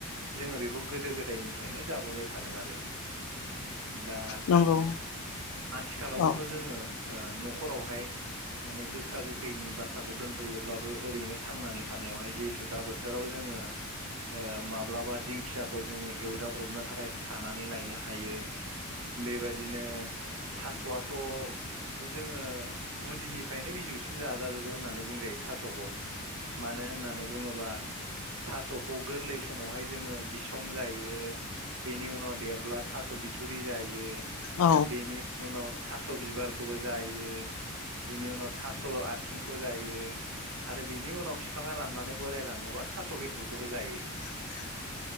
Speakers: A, on the right; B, on the left.
A: जोङो बेखौ गोदो गोदायनिफ्रायनो जाबोबाय थादों आरो। दा
B: नंगौ
A: आथिखालावबोथ
B: औ
A: जोङो ओ नखरावहाय माने गोखा गोखैनि बाथ्राखौ दोनथयोब्लाबो ओरैनो थांनानै थानायावहाय जिहेतु दा बोथोराव जों ङो ओ माब्लाबा दिंखियाखौ जोङो एवजाब्रबनो थाखाय खानानै लायनो हायो बेबादिनो थास आथ जोङो गुदिनिफ्रायनो बिजौसिम जाजाजोबो होननानै बुंजायो थासखौ मानो होननानै बुङोबा थासखौ गोरलै समावहाय जोङो बिसं जायो बेनि उनाव देरब्ला थास बिथुरि जायो
B: औ
A: बेनि उनाव थास बिबारखौबो जायो बिनि उनाव थास आथिंखौ जायो आरो बिनि उनाव बिफाङा राननानै बोराय लाङोबा थास बेदरखौबो जायो।
B: <inaudible>